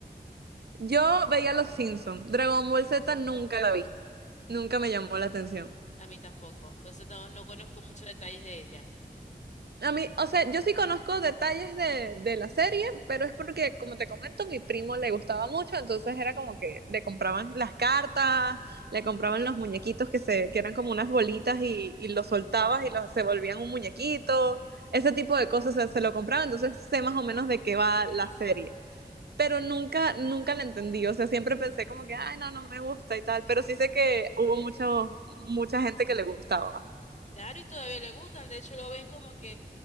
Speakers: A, on the right (about 75°); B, on the left (about 45°).
A: Yo veía Los Simpsons. Dragon Ball Z nunca la vi. Nunca me llamó la atención.
B: A mí tampoco. Por eso no, no conozco muchos detalles de ella.
A: A mí, o sea, yo sí conozco detalles de, de la serie, pero es porque, como te comento, mi primo le gustaba mucho, entonces era como que le compraban las cartas, le compraban los muñequitos que se, que eran como unas bolitas y, y los soltabas y los, se volvían un muñequito, ese tipo de cosas se, se lo compraban, entonces sé más o menos de qué va la serie. pero nunca, nunca la entendí. O sea, siempre pensé como que, ay, no, no me gusta y tal, pero sí sé que hubo mucho, mucha gente que le gustaba.
B: Claro, y todavía le gustan. De hecho, lo ven como que